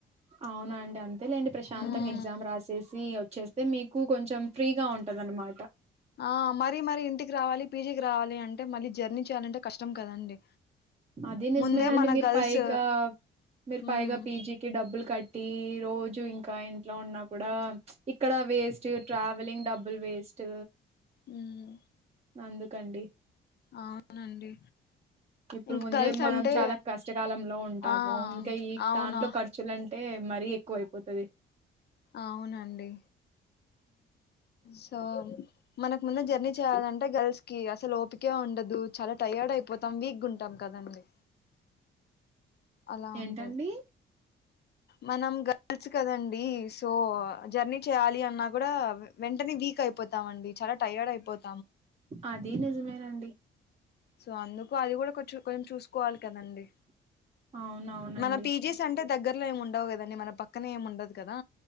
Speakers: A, on the right (about 30°); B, on the left (about 55°).
A: అవునా అండి, అంతేలేండి ప్రశాంతంగా
B: మ్మ్
A: ఎగ్జామ్ రాసేసి అయితే మీకు కొంచెం ఫ్రీగా ఉంటందనమాట.
B: ఆ మరి మరి ఇంటికి రావాలి పీజికి రావాలి అంటే మళ్ళీ జర్నీ చేయాలంటే కష్టం కదండి.
A: అదీ నిజమేనండి
B: ముందే మన
A: మీరు
B: గర్ల్స్
A: పైగా మీరు పైగా
B: ఉమ్
A: పీజీకి డబ్బులు కట్టి, రోజు ఇంకా ఇంట్లో ఉన్నా కూడా ప్చ్ ఇక్కడ వేస్ట్ ట్రావెలింగ్ డబ్బుల్ వేస్ట్.
B: ఉమ్
A: అందుకండి
B: అవునండి
A: కిప్పుడు
B: ఇంకా
A: ముందే
B: గర్ల్స్
A: మనం
B: అంటే
A: చాలా కష్టకాలంలో ఉంటాము,
B: ఆ
A: ఇంకా ఈ
B: అవునా
A: దాంట్లో ఖర్చులం టే మరీ ఎక్కువ అయిపోతది.
B: ఆవునండి సో మనకు ముందు జర్నీ చేయాలం అంటే గర్ల్స్ కి అసలు ఓపికే ఉండదు, చాలా టయర్డ్ అయిపోతాం, వీక్ గుంటాం కదండి. అలా
A: ఏంటండి
B: ఉంటది. మనం గల్చ్ కదండి స్ సో జర్నీ చేయాలి అన్నా కూడా, వెంటనే వీక్ అయిపోతామండి, చాలా టయర్డ్ అయిపోత్
A: అదీ నిజమేనండి.
B: సో అందుకు అది గుడ కొంచం కొంచెం చూసుకోవాలి కదండి.
A: అవునవునండి
B: మన పీజీస్ అంటే దగ్గర్ ల్లో ఏం ఉండవు కదండి, మన పక్కనే ఏం ఉండదు కదా.